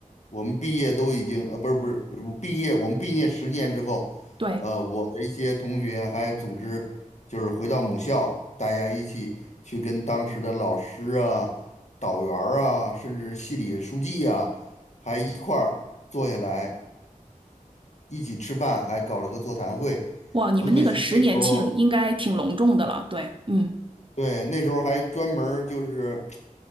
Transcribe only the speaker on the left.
我们毕业都已经呃，不是不是，我毕业我们毕业十年之后，
呃，我的一些同学还组织就是回到母校，大家一起去跟当时的老师啊、导员儿啊，甚至系里的书记啊，还一块儿坐下来一起吃饭，还搞了个座谈会。
很可惜那时候，
对，那时候还专门儿就是。